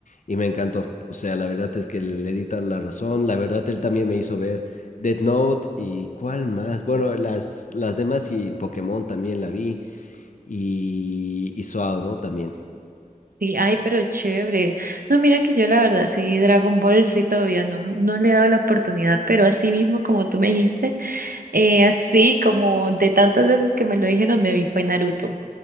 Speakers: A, on the left; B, on the right.
A: y me encantó. O sea, la verdad es que le di tal la razón. La verdad, él también me hizo ver Death Note y cuál más. Bueno, las, las demás y Pokémon también la vi. Y, y Suado, ¿no? También.
B: Sí, ay, pero chévere. No, mira que yo la verdad, sí, Dragon Ball sí todavía no, no le he dado la oportunidad, pero así mismo como tú me dijiste, eh, así como de tantas veces que me lo dijeron, me vi fue Naruto